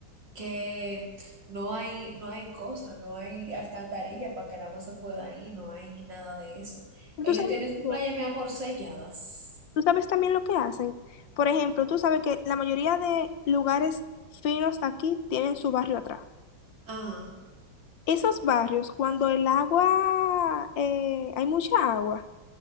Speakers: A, on the right; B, on the left.
A: que no hay, no hay cosa, no hay alcantarilla para que el agua se pueda ir, no hay nada de eso. Ellos
B: tú sabes.
A: tienen su
B: qué?
A: playa, mi amor, selladas.
B: Tú sabes también lo que hacen. Por ejemplo, tú sabes que la mayoría de lugares finos aquí tienen su barrio atrás.
A: Ajá.
B: Esos barrios, cuando el agua, eh, hay mucha agua,